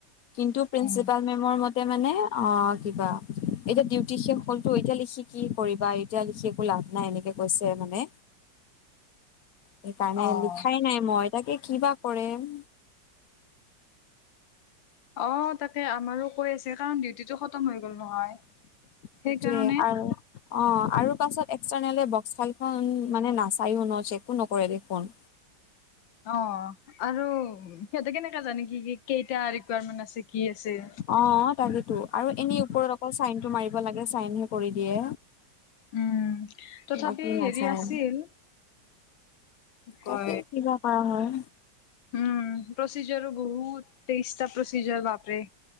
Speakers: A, on the left; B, on the left.
A: কিন্তু প্ৰিঞ্চিপাল
B: উম,
A: মেমৰ‌ মতে মানে অ কিবা, এতিয়া ডিউটি শেষ হ'লতো এতিয়া লিখি কি কৰিবা এতিয়া লিখি একো লাভ নাই এনেকে কৈছে মানে। সেইকাৰণে
B: অ'।
A: লিখাই নাই মই তাকে কিবা কৰেম।
B: অ তাতে‌ আমাৰো। কৈ আছে কাৰণ ডিউটিটো খতম হৈ গল নহয়,
A: সেইটোয়ে
B: সেইকাৰণে।
A: আৰু অ আৰু পাছত এক্সটাৰ্নে বক্স ফাইলখন মানে নাচায়ো ন চেকো নকৰে দেখোন।
B: অ, আৰু সিহঁতে কেনেকা জানে কি কি কেইটা ৰিকুৱাৰমেন্ট আছে। কি আছে?
A: অ তাকেতো আৰু এনেই ওপৰত অকল চাইন টো মাৰি। লাগে চাইনহে কৰি দিয়ে।
B: উম, তথাপি
A: বাকী নাচায়
B: হেৰি আছিল। ক,
A: তাকে কিবা কৰা হয়
B: উম প্ৰচিযাৰ বহুত। তেইশটা প্ৰচিজৰ বাপৰে।